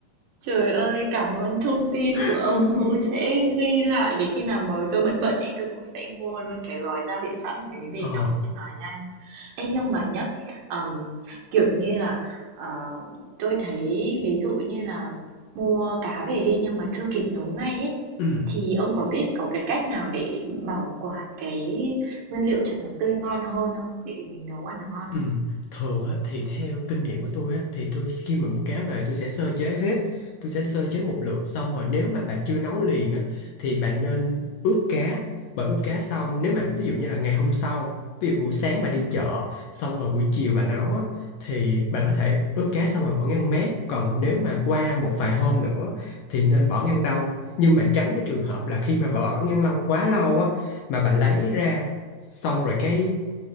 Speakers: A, on the right (about 70°); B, on the left (about 75°).
A: Trời ơi, cảm ơn thông tin
B: <laughs>
A: của ông. Tôi sẽ ghi lại để khi nào mà tôi bận bận ấy, tôi cũng sẽ mua luôn cái gói gia vị sẵn đấy về
B: ờ
A: nấu cho nó nhanh. Ê, nhưng mà nhá, ờm, kiểu như là ờ, tôi thấy ví dụ như là mua cá về đi nhưng mà chưa kịp nấu ngay ấy,
B: ừ
A: thì ông có biết có cái cách nào để bảo quản cái nguyên liệu cho nó tươi ngon hơn không? Để mình nấu ăn nó ngon
B: Ừ.
A: không?
B: Thường á, thì theo kinh nghiệm của tôi á, thì tôi khi mà mua cá về tôi sẽ sơ chế hết tôi sẽ sơ chế một lượt xong rồi nếu mà bà chưa nấu liền á, thì bà nên ướp cá bà ướp cá xong nếu mà ví dụ như là ngày hôm sau ví dụ buổi sáng bà đi chợ xong rồi buổi chiều bà nấu á, thì bà có thể ướp cá xong rồi bỏ ngăn mát còn nếu mà qua một vài hôm nữa thì nên bỏ ngăn đông nhưng mà tránh cái trường hợp là khi mà bà bỏ ngăn đông quá lâu á, mà bà lấy ra xong rồi cái